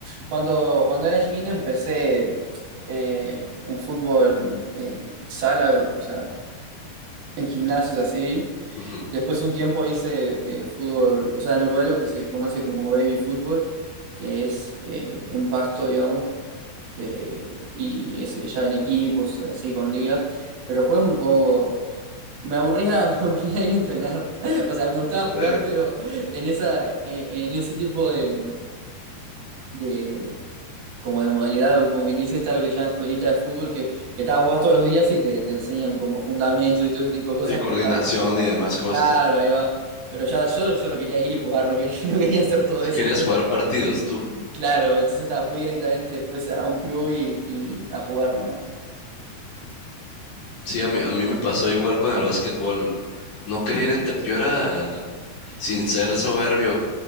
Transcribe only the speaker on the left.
Ujú,
sí.
Y coordinación
y demás cosas.
Si
querías
jugar partidos,
tú.
Sí, a mí, a mí me pasó igual con el básquetbol. No querer entrar. Yo era, sin ser soberbio,